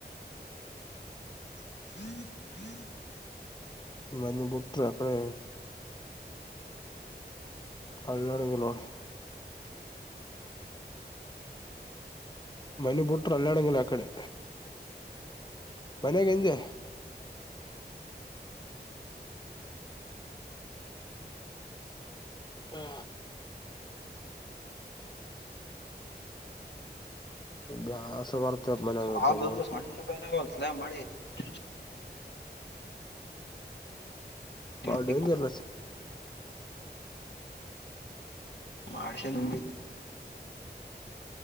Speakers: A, on the left; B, on the left.
A: <inaudible>
B: ಮನೆ ಬುಟ್ರ ಯಾವಕಡೆ ಅಲ್ಲದಾಡಿಲ್ಲ ನೋಡು ಮನೆ ಬುಟ್ರ ಅಲ್ಲಾಡಗಿಲ್ಲ ಆ ಕಡೆ ಮನೆಹಿಂದೆ ಹ ಬ್ಯಾಸರ ಬರ್ತಪ್ಪ ಮನ್ಯಾಗ
A: <unintelligible>
B: ಇದ್ದಾಗ
A: ತಿಂಡಿ
B: ಬಾರಿ ಡೇಜರ್
A: ಕೊಪ್ಪ ಮಾಡಿಷನು